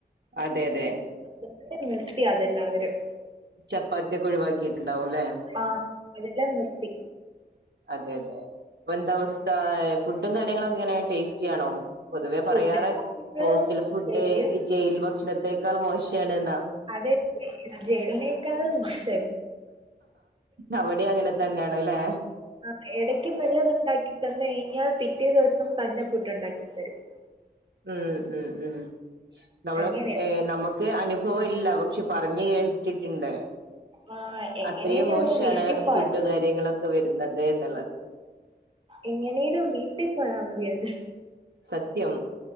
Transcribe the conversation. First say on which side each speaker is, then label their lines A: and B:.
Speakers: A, on the right; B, on the right.
A: അതെ അതെ
B: <unintelligible> നിർത്തി അതെല്ലാവരും
A: ചപ്പാത്തിയൊക്കെ ഒഴിവാക്കീട്ടുണ്ടാവും അല്ലേ
B: ആഹ് അതെല്ലാം നിർത്തി
A: അതെ അതെ ഇപ്പൊ എന്താ അവസ്ഥ ഫുഡും കാര്യങ്ങളും ഒക്കെ എങ്ങനെ ടേസ്റ്റി ആണോ പൊതുവേ
B: ഫുഡ്
A: പറയാറ്
B: ങ്ങളും
A: ഹോസ്റ്റൽ ഫുഡ്
B: വല്യ
A: ഈ ജയിൽ ഭക്ഷണത്തേക്കാൾ മോശം ആണ് എ
B: അതെ ജയിലിനേക്കാൾ <unintelligible>
A: അവിടെയും അങ്ങനെ തന്നെയാണ് അല്ലേ
B: ആഹ് ഇടയ്ക്ക് നല്ല ഒന്ന് ഉണ്ടാക്കി തന്നു കഴിഞ്ഞാൽ പിറ്റേ ദിവസം പന്ന ഫുഡ് ഉണ്ടാക്കി തരും
A: ഉം ഉം ഉം നമ്മള്
B: അങ്ങനെയാ
A: ഏഹ് നമുക്ക് അനു അനുഭവമില്ല പക്ഷേ പറഞ്ഞു കേട്ടിട്ടുണ്ട്
B: ആ എങ്ങനേലും
A: അത്രയും മോശമാണ്
B: ഒന്ന് വീട്ടിൽ പോയാ
A: ഫുഡ് കാര്യങ്ങളൊക്കെ വരുന്നത് എന്നുള്ളത്
B: എങ്ങനേലും വീട്ടി പോയാ മതിയാരുന്ന്
A: സത്യം